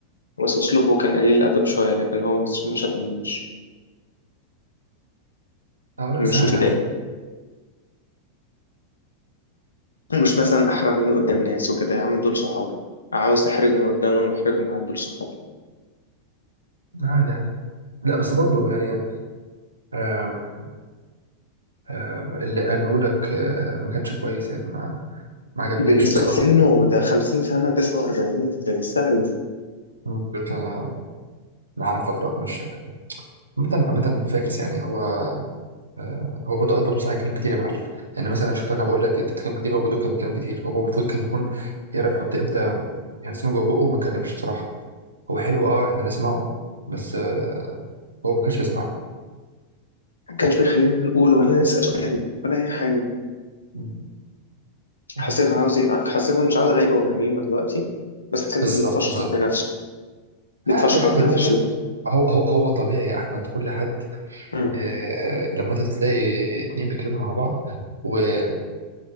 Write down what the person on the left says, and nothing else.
بس اسلوبه كان قليل الادب شويه لكن هو مش- ما شتمنيش
مش
مش متضايق
ومش مثلا احرجني قدام ناس وكده يا عم دول صحابي عاوز تحرجني قدامهم احرجهم عم دول صحابي
بالنسبة
لسنه ده 50 سنة 49 ده بيستهلف
ما كانش بيخلينا نقول ولا نسأل سؤال ولا أي حاجة
حسيت عاوز حسيته مش عاوز غيبة ونميمة دلوقتي بس حسيته
بيتفشخر
بنفسه بيتفشخر
بنفسه
مم.